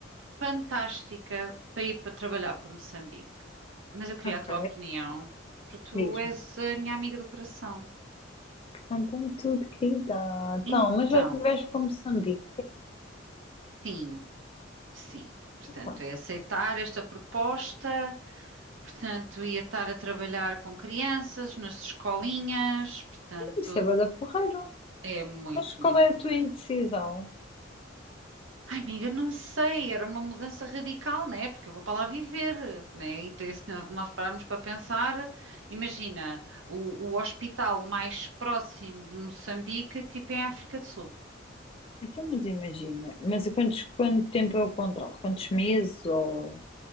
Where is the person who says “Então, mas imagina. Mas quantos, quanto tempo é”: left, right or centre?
Left